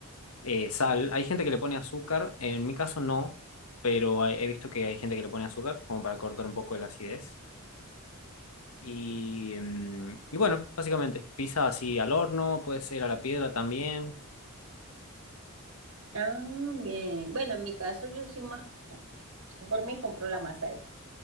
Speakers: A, on the left; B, on the right.
A: eh, sal. Hay gente que le pone azúcar, en mi caso no, pero he he visto que hay gente que le pone azúcar, como para cortar un poco de la acidez. Y, mm, y bueno, básicamente, pizza así al horno, puede ser a la piedra también.
B: Ah, bien. Bueno, en mi caso yo soy más práctica. Por mí compro la masa hecha.